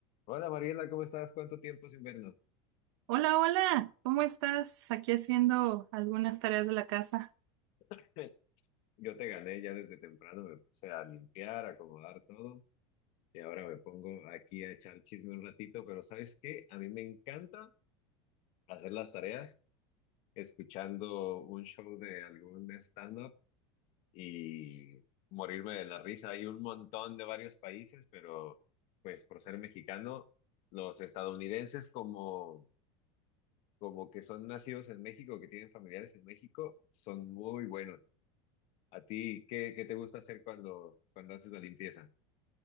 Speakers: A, on the left; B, on the right.
A: Hola Mariela, ¿cómo estás? ¿Cuánto tiempo sin vernos?
B: Hola, hola, ¿cómo estás? Aquí haciendo algunas tareas de la casa.
A: <laughs> Yo te gané ya desde temprano, me puse a limpiar, a acomodar todo y ahora me pongo aquí a echar chisme un ratito, pero ¿sabes qué? A mí me encanta hacer las tareas escuchando un show de algún stand-up y morirme de la risa. Hay un montón de varios países, pero pues por ser mexicano, los estadounidenses como, como que son nacidos en México, que tienen familiares en México, son muy buenos. ¿A ti qué, qué te gusta hacer cuando, cuando haces la limpieza? <laughs>